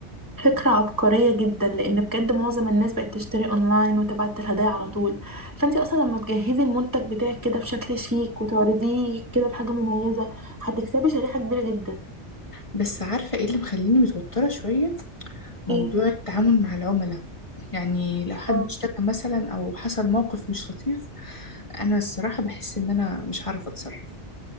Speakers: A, on the right; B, on the left.
A: فكرة عبقرية جدا لان بجد معظم الناس بقت تشتري اونلاين وتبعت الهدايا على طول فانت اصلا لما تجهزي المنتج بتاعك كده بشكل شيك وتعرضيه كده بحاجة مميزة هتكسبي شريحة كبيرة جدا
B: بس عارفة إيه اللي مخليني متوترة شوية موضوع
A: ايه
B: التعامل مع العملاء يعني لو حد
A: اه
B: اشتكى مثلا أو حصل موقف مش لطيف أنا الصراحة بحس إن أنا مش هعرف أتصرف